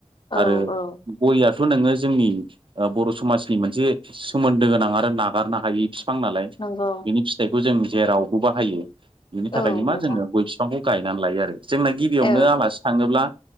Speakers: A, on the left (about 45°); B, on the right (about 45°).
A: औ
B: आरो
A: औ
B: गययाथ' नोङो जोंनि ओ बर' समाजनि मोनसे सोमोन्दो गोनां आरो नागारनो हायि फां नालाय बिनि
A: नंगौ
B: फिथाइखौ जों जेरावबो बाहायो बिनि
A: औ
B: थाखायनो
A: नोंथां
B: मा जोङो गय फि बिफांखौ गायनानै लायो। आरो जोंना गिबियावनो
A: औ
B: आलासि थाङोब्ला